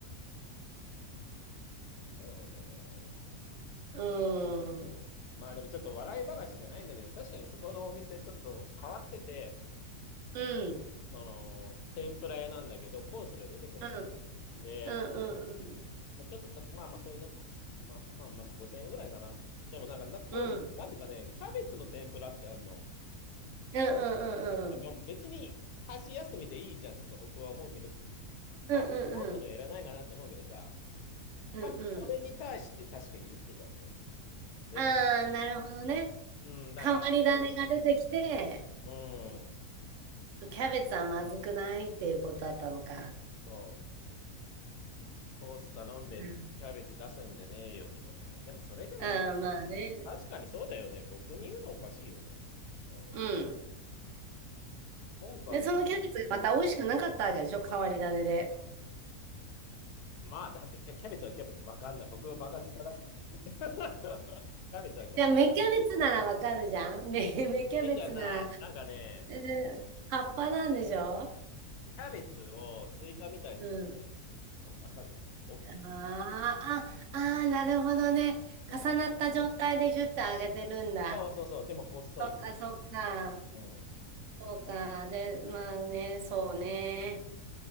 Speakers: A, on the left; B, on the right.
A: だよね。
B: うん。
A: まあでもちょっと笑い話じゃないんだけど、確かにそこのお店ちょっと変わってて、
B: うん。
A: その、天ぷら屋なんだけど、コースで出てくるの。
B: うん。
A: で、
B: うんうんうん。
A: まあ、ちょっとた、まあまあ、そういうな、まあまあ、まあ、5000円ぐらいかな。でもなんか、な、コース、
B: うん。
A: なぜかね、キャベツの天ぷらってあんの。
B: うんうんうんうん。
A: まあ別に、箸休みでいいじゃんとか僕は思うけど、まあ、
B: うんうんうん。
A: コースにはいらないかなって思うけどさ、
B: うんうんうんうんうんうん
A: 多分それに対して確か言ってたんだよね。でも、
B: ああ、なるほどね。
A: うん、だから、
B: 変わり種が出てきて、
A: うん、
B: キャベツはまずくないっていうことだったのか。
A: そう、コース頼んでんのキャベツ出すんじゃねえよみたいな。
B: うん
A: でも、それでもも
B: ああ、まあね。
A: 確かにそうだよね。僕に言うのおかしいよね。うん。
B: うん。
A: 文句はな、
B: で、そのキャベツがまた美味しくなかったわけでしょ変わり種で。
A: まあ、だってキャ、キャベツはキャベツ、わかんない。僕はバカ舌だ。<laughs> キャベツはキャベツ。
B: じゃあ、芽キャベツならわかるじゃん芽、芽キャベツなら、
A: 目じゃない。なんかね、
B: えー葉っぱなんでしょ
A: キャベツをスイカみたいに切ってる感じ。
B: うん。
A: お、わかるかなお、
B: ああ、ああ、なるほどね。
A: うん。
B: 重なった状態でギュッと揚げてるんだ。
A: そうそうそう。でも細い。
B: そっか、そっか。
A: うん。
B: そうか。で、まあね、そうね。